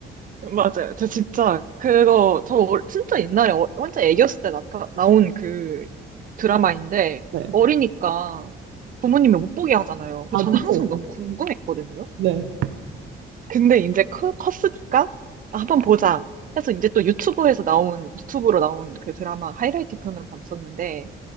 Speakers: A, on the right; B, on the right.
A: 맞아요. 저 진짜 그거 저 어- 진짜 옛날에 어- 혼자 애기였을 때 나타 나온 그 드라마인데
B: 네.
A: 어리니까 부모님이 못 보게 하잖아요. 그래서
B: 아,
A: 저는
B: 그쵸.
A: 항상 너무
B: 그쵸.
A: 궁금했거든요.
B: 네.
A: 근데 이제 커, 컸으니까 아, 한번 보자 해서 이제 또 유튜브에서 나온 유튜브로 나온 그 드라마 하이라이트 편으로 봤었는데